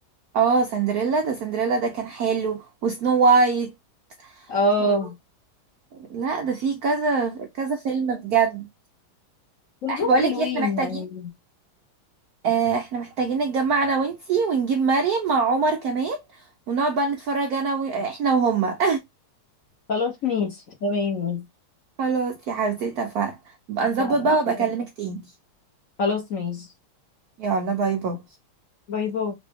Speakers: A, on the right (about 80°); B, on the left (about 50°).
A: اه سندريلا ده سندريلا ده كان حلو وسنو وايت
B: اه
A: و... لا ده فيه كذا كذا فيلم بجد
B: كلهم
A: احنا بقولك
B: حلوين
A: ايه احنا محتاجين
B: يعني
A: آه، احنا محتاجين نتجمع انا وانتي ونجيب مريم مع عمر كمان ونقعد بقى نتفرج انا و... احنا وهما
B: خلاص ماشي تمام
A: <laughs> خلاص يا حبيبتي اتفقنا بقى نظبط
B: ماشي
A: بقى وابقى اكلمك تاني
B: خلاص ماشي
A: يلا باي باي
B: باي باي